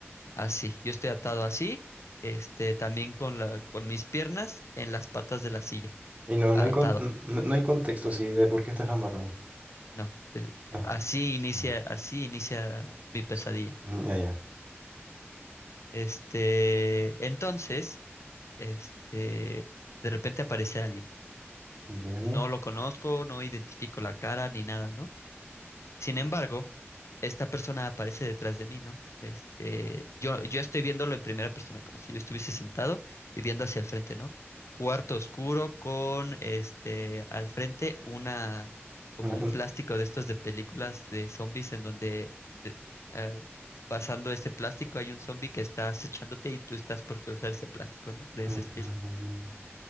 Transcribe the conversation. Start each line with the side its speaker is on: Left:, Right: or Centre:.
Left: Así, yo estoy atado así, este, también con la, con mis piernas en las patas de la silla,
Right: Y no,
Left: atado.
Right: no hay con- n- no, no hay contexto así de por qué estás amarrado.
Left: No, eh,
Right: Ah,
Left: así inicia,
Right: ah,
Left: así inicia mi pesadilla.
Right: s- Ya, ya.
Left: Este, entonces este, de repente aparece alguien.
Right: Ya.
Left: No lo conozco, no identifico la cara ni nada, ¿no? Sin embargo, esta persona aparece detrás de mí, ¿no? Este, yo, yo estoy viéndolo en primera persona, como si yo estuviese sentado y viendo hacia el frente, ¿no? Cuarto oscuro con, este, al frente una, como
Right: Ah,
Left: un plástico de estos de películas de zombies en donde eh, eh, pasando este plástico hay un zombie que está acechándote y tú estás por cruzar ese plástico, ¿no? De ese
Right: ah,
Left: estilo.
Right: ah, ah,